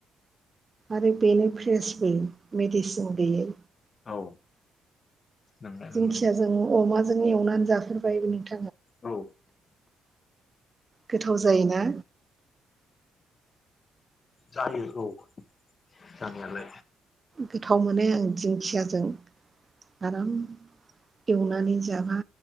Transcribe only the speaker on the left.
औ नोंगो
नों
औ
जायो औ जानायालाय